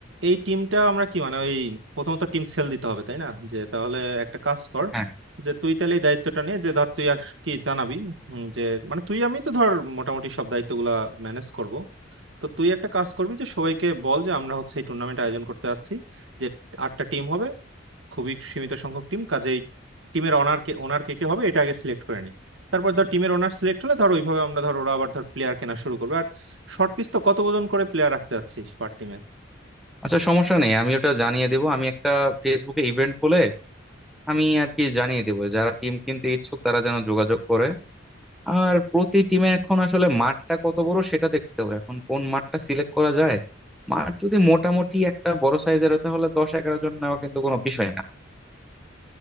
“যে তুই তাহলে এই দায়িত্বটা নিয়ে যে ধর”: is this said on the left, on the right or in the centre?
Right